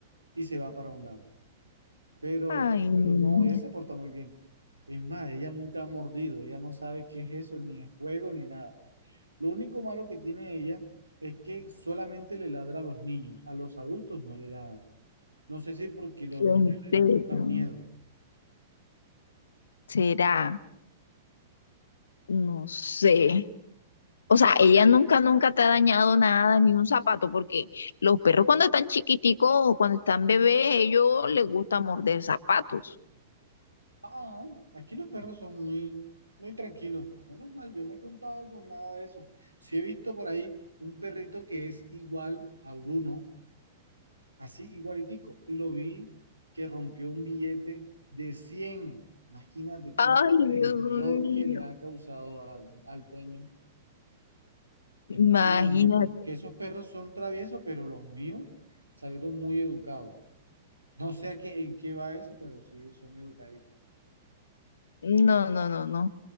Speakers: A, on the right; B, on the left.
A: y se va para un lado. Pero,
B: Ay, niña.
A: pero no, ella se porta muy bien. Es más, ella nunca ha mordido, ella no sabe qué es eso, ni es juego, ni nada. Lo único malo que tiene ella es que solamente le ladra a los niños, a los adultos no le ladra. No sé si porque los
B: En
A: niños le
B: serio.
A: demuestran miedo.
B: Será, no sé. O sea, ella nunca, nunca te ha dañado nada, ni un zapato, porque los perros cuando están chiquiticos o cuando están bebés, ellos les gusta morder zapatos.
A: Ah, aquí los perros son muy, muy tranquilos. Menos mal, yo no he contado con nada de eso. Sí he visto por ahí un perrito que es igual a Bruno, así igualitico. Y lo vi que rompió un billete de 100. Imagínate tú
B: Ay, Dios
A: el dolor
B: mío.
A: que le ha causado a la- al dueño. Entonces
B: Imagínate.
A: me han dicho que esos perros son traviesos, pero los míos salieron muy educados. No sé a qué, en qué va eso, pero sí son educaditos.
B: No, no, no, no.